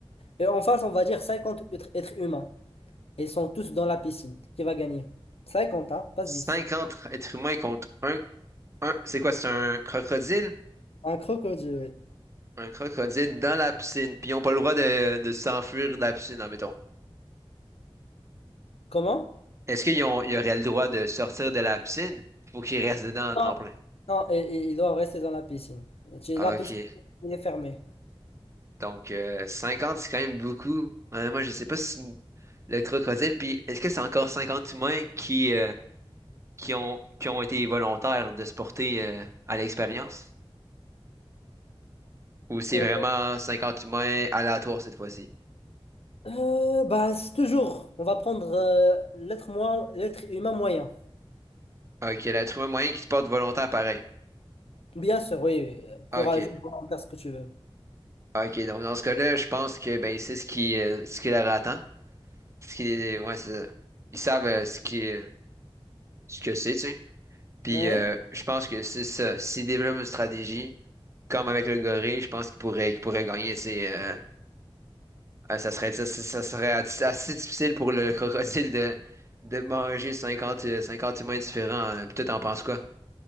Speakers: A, on the left; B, on the right.
A: Et en face, on va dire cinquante êtres êtres humains. Et Ils sont tous dans la piscine. Qui va gagner? cinquante hein, pas
B: cinquante
A: dix
B: êtres humains contre un, un, c'est quoi, c'est un crocodile?
A: Un crocodile, oui.
B: Un crocodile dans la piscine, puis ils ont pas le droit de, de s'enfuir de la piscine, admettons.
A: Comment?
B: Est-ce qu'ils ont, ils auraient le droit de sortir de la piscine? Faut qu'ils restent dedans à
A: Non.
B: temps plein.
A: Non, et, et ils doivent rester dans la piscine. Tu-
B: Ah,
A: La piscine,
B: ok.
A: elle est fermée.
B: Donc, euh, 50, c'est quand même beaucoup. Moi, je sais pas si le crocodile, puis est-ce que c'est encore 50 humains qui, euh, qui ont, qui ont été volontaires de se porter euh, à l'expérience? Ou c'est
A: Euh,
B: vraiment 50 humains aléatoires cette fois-ci?
A: euh, bah, c'est toujours, on va prendre euh, l'être moins, l'être humain moyen.
B: Ok, l'être humain moyen qui se porte volontaire pareil.
A: Bien sûr, oui, oui. courageux
B: Ok.
A: pour faire ce que tu veux.
B: Ok, donc dans ce cas-là, je pense que ben c'est ce qui euh, ce qui leur attend. Ce qui les- ouais, c'est ça. Ils savent euh, ce qui euh, ce que c'est, tu sais. Puis
A: Ouais.
B: euh, je pense que c'est ça. S'ils développent une stratégie, comme avec le gorille, je pense qu'ils pourraient qu'ils pourraient gagner, tu sais, euh, Ah, ça serait, ça, ça- ça serait as- assez difficile pour le <laughs> crocodile de, de manger 50 euh, 50 humains différents. hein. Puis toi, t'en penses quoi?